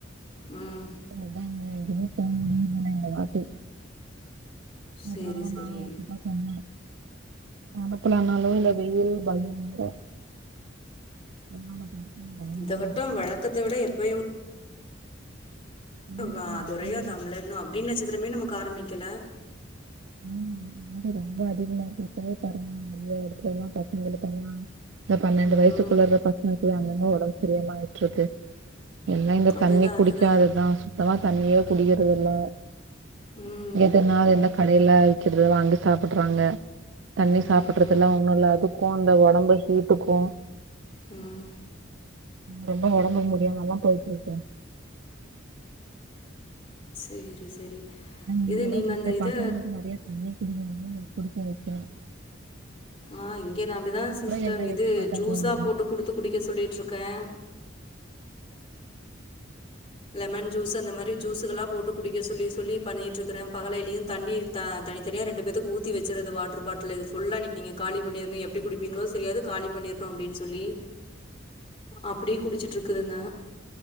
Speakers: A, on the left; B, on the right.
A: உம்
B: அதாங்க எங்கயுமே போமுடியலைன்னா இந்த வாட்டி
A: சேரி
B: அதனாலதா
A: சேரி
B: நானு அப்டிதா சொன்னே அனுப்புலனாலு இந்த வெயில் பயங்கர <unintelligible>
A: இந்த வட்டும்
B: இருக்குது
A: வழக்கத்த விட எப்பயும்
B: முன்னாடி
A: <unintelligible> ஆ
B: கொஞ்சோ
A: கொறையாதாம்ல
B: அதிகமா
A: இன்னு அக்னி நட்சத்துரமே நமக் க்காரம்பிக்கல
B: ஆமா <unintelligible> ரொம்ப அதிகமா இருக்கு இப்பவே பாருங்க நெறையா எடத்துலல்லா பசங்களுக்கெல்லா இந்த பண்னென்டு வயசுக்குள்ளர்ற
A: ம்
B: பசங்க து அங்கங்க உளவுத்துறையாமா விட்ருக்கு எல்லா இந்த
A: அதுதா
B: தண்ணி குடிக்காததுதா
A: அதுதா
B: சுத்தமா தண்ணியே குடிக்கிறதில்ல
A: ம்
B: எத நா எனக் கடைல விக்கிறத வாங்கி சாப்பட்றாங்க தண்ணீ
A: ம்
B: சாப்பிடுறது
A: ம்
B: எல்லாம் ஒண்ணு உள்ள அது க்கு இந்த ஒடம்பு ஹீட்டுக்கு
A: உம் <unintelligible>
B: ரொம்ப உடம்பு முடியாமல்லாம் போயிட்டு இருக்கேன்
A: சேரி சேரி
B: உங்களள்
A: இது நீங்க
B: வீட்டுல
A: அந்த இத
B: பசங்களுக்கு நிறைய பண்ண புடி அது புடிக்க வைக்கல்லா
A: ஆஹ் இங்க நான் அப்படிதான் சிஸ்டர்
B: எண்ணெய்
A: இது
B: வைக்க மாட்டாங்களாங்க
A: ஜூஸ்ஸா போட்டு குடுத்து குடிக்க சொல்லிட்டு இருக்கேன் லெமன் ஜூஸ் அந்த மாதிரி ஜூஸ்கல்லாமபோட்டு குடிக்க சொல்லி சொல்லி பண்ணிட்டு இருக்கறேன் பகலையிலயையும் தண்ணி தனித்தனியா ரெண்டு பேத்துக்கு ஊத்தி வச்சுறது வாட்டர் பாட்டில் இது ஃபுல்லா இன்னைக்கு நீ காலி பண்ணிடணும் எப்படி குடிப்பீங்களோ தேரியாது காலி பண்ணியர்ணும் அப்படின்னு சொல்லி அப்படியே குடிச்சுட்டு இருக்குதுங்க